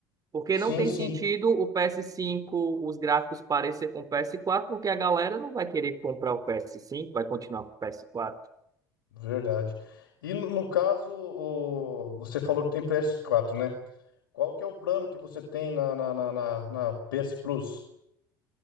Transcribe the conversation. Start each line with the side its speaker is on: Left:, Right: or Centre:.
Right: Porque
Left: Sim,
Right: não tem
Left: sim.
Right: sentido o PS5, os gráficos parecer com o PS4, porque a galera não vai querer comprar o PS5, vai continuar com o PS4.
Left: Verdade. E no, no caso, o- você falou que tem ps quatro né? Qual que é o plano que você tem na, na, na, na- na PS Plus?